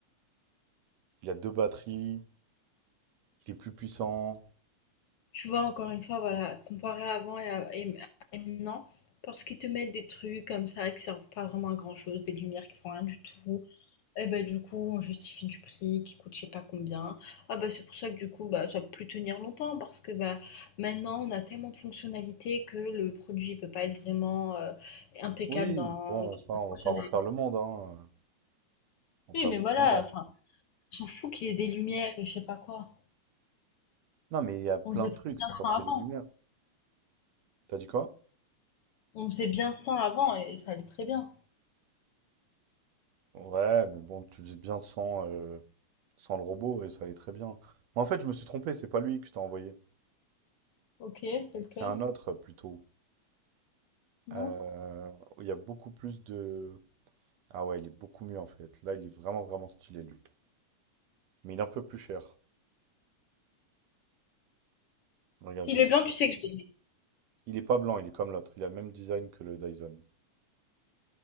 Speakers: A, on the right; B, on the left.
A: Il a deux batteries, il est plus puissant.
B: Tu vois, encore une fois, voilà, comparé à avant et, à- et- et maintenant, parce qu'ils te mettent des trucs comme ça qui servent pas vraiment à grand-chose, des lumières qui font rien du tout, et ben du coup, on justifie du prix qui coûte je sais pas combien. Ah bah c'est pour ça que du coup, bah ça peut plus tenir longtemps parce que bah maintenant, on a tellement de fonctionnalités que le produit peut pas être vraiment euh, impeccable
A: Oui,
B: dans,
A: bon,
B: dans
A: ça,
B: sa
A: on
B: fonctionnalité.
A: va pas refaire le monde, hein. On fait
B: Oui,
A: avec
B: mais voilà,
A: ce qu'on a.
B: enfin, on s'en fout qu'il y ait des lumières et je sais pas quoi.
A: Non, mais il y a plein
B: On faisait
A: de
B: très
A: trucs,
B: bien
A: c'est
B: sans
A: pas que les
B: avant.
A: lumières. T'as dit quoi?
B: On faisait bien sans avant et ça allait très bien.
A: Ouais, mais bon, tu faisais bien sans, euh, sans le robot et ça allait très bien. Mais en fait, je me suis trompé, c'est pas lui que je t'ai envoyé.
B: Ok, c'est lequel?
A: C'est un autre, euh, plutôt.
B: Montre.
A: Euh, il y a beaucoup plus de... Ah ouais, il est beaucoup mieux en fait. Là, il est vraiment, vraiment stylé, lui. Mais il est un peu plus cher. Regarde,
B: S'il
A: je vais
B: est
A: te
B: blanc,
A: dire.
B: tu sais que je l'aime.
A: Il est pas blanc, il est comme l'autre. Il a le même design que le Dyson.